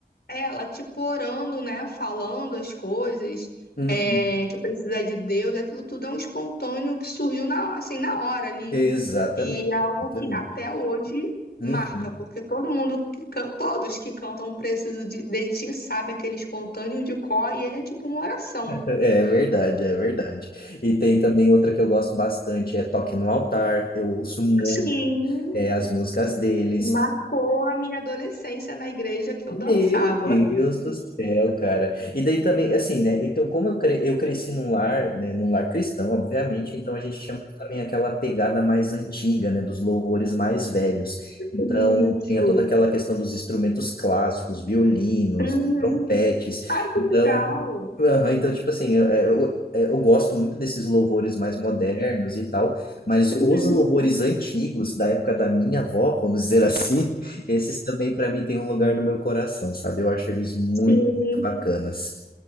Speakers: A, on the left; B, on the left.
A: é, ela tipo orando, né? Falando as coisas,
B: Uhum.
A: é, que precisa de Deus, aquilo tudo é um espontâneo que surgiu na, assim, na hora ali.
B: Exatamente,
A: E é algo
B: exatamente.
A: que até hoje
B: Uhum.
A: marca, porque todo mundo que can- todos que cantam Preciso de, de Ti sabe aquele espontâneo de cor e ele é tipo uma oração.
B: É é verdade, é verdade. E tem também outra que eu gosto bastante, é Toque no Altar. Eu ouço muito
A: Sim.
B: é, as músicas deles.
A: Marcou a minha adolescência na igreja que eu
B: Meu
A: dançava.
B: Deus do céu, cara. E daí também, assim, né? Então, como eu, cre eu cresci num lar, né? Num lar cristão, obviamente, então a gente tinha muito também aquela pegada mais antiga, né? Dos louvores mais velhos. Então,
A: Sim, isso.
B: tinha toda aquela questão dos instrumentos clássicos, violinos,
A: Uhum.
B: trompetes.
A: Ai, que
B: Então,
A: legal.
B: aham, então tipo assim, eu, eu, eu gosto muito desses louvores mais modernos e tal, mas
A: Uhum,
B: os louvores antigos, da época da minha avó, vamos dizer assim. Esses também, para mim, têm um lugar no meu coração, sabe? Eu acho eles muito,
A: sim.
B: muito bacanas.